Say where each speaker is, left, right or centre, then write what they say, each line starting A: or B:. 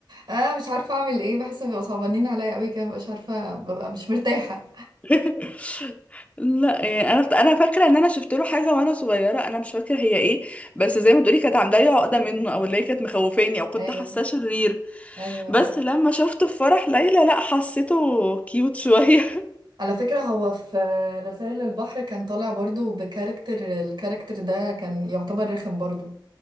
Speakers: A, on the right; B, on the left.
A: اه مش عارفه اعمل ايه بحس بيبقوا صعبانين عليا قوي كده مش عارفه ببقى مش مرتاحه
B: <laughs> لا يعني انا انا فاكره ان انا شفت له حاجه وانا صغيره انا مش فاكره هي ايه بس زي ما تقولي كانت عامله لي عقده منه او اللي هي كانت مخوفاني او كنت
A: ايوه
B: حاساه شرير
A: ايوه
B: بس
A: ايوه
B: لما شفته في فرح ليلى لا حسيته كيوت شويه
A: على فكره هو في رسائل البحر كان طالع برضو بكاركتر الكاركتر ده كان يعتبر رخم برضو